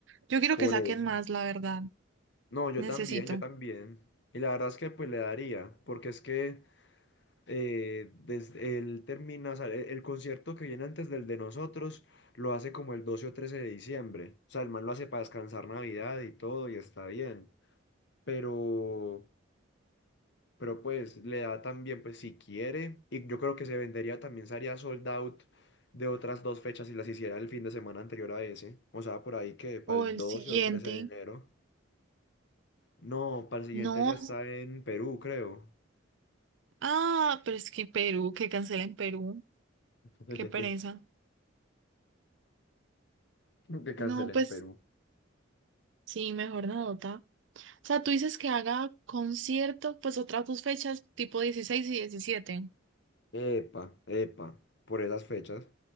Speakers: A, on the right; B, on the left.
A: Yo quiero
B: Por
A: que saquen
B: eso.
A: más, la verdad.
B: No, yo
A: Necesito.
B: también, yo también. Y la verdad es que pues le daría, porque es que eh, desde él termina, o sea, e- el, concierto que viene antes del de nosotros lo hace como el 12 o 13 de diciembre. O sea, el man lo hace para descansar Navidad y todo y está bien. Pero, pero pues le da también, pues si quiere, y yo creo que se vendería también, se haría sold out de otras dos fechas si las hiciera el fin de semana anterior a ese. O sea, por ahí que para
A: O
B: el
A: el
B: 12
A: siguiente.
B: o 13 de enero. No, para el siguiente
A: No.
B: ya está en Perú, creo.
A: Ah, pero es que Perú, que cancelen Perú.
B: <laughs>
A: Qué pereza.
B: Que cancelen
A: No, pues
B: en Perú.
A: sí, mejor nota. O sea, tú dices que haga concierto, pues otras dos fechas, tipo 16 y diecisiete
B: Epa, epa, por esas fechas.